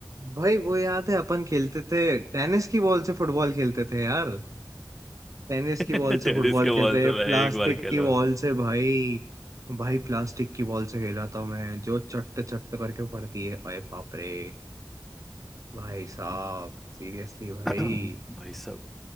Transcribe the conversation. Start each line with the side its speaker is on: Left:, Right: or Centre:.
Right: भाई वो याद है अपन खेलते थे टेनिस की बॉल से फुटबॉल खेलते थे यार टेनिस
Centre: <laughs>
Right: की बॉल से
Centre: टेनिस
Right: फुटबॉल
Centre: के
Right: खेल
Centre: बॉल
Right: रहे
Centre: से मैं
Right: प्लास्टिक
Centre: एक बार खेला
Right: की बॉल
Centre: हूँ।
Right: से भाई भाई प्लास्टिक की बॉल से खेला था मैं जो चट्ट चट्ट करके पड़ती है अरे बाप रे भाई साहब
Centre: हम्म।
Right: सीरियसली भाई
Centre: <clears throat> भाई साहब